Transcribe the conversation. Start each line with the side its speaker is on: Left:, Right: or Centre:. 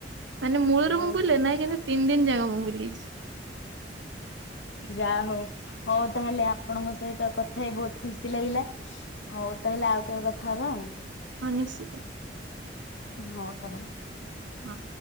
Right: ମାନେ ମୂଳରୁ
Left: ଓହୋ
Right: ମୁଁ ବୁଲେ ନାହିଁ କିନ୍ତୁ ତିନି ଦିନ ଯାକ ମୁଁ ବୁଲିଚି।
Left: ଯାହା ହଉ ହଉ ତାହେଲେ ଆପଣଙ୍କ ସହିତ ତ କଥା ହେଇ ବହୁତ ଖୁସି ଲାଗିଲା ଆଉ ତାହେଲେ ଆଉ କେବେ କଥା ହବ ଆଉ।
Right: ସିଏ ପୁଣି
Left: ହଉ ତା ହେଲେ
Right: ହଁ।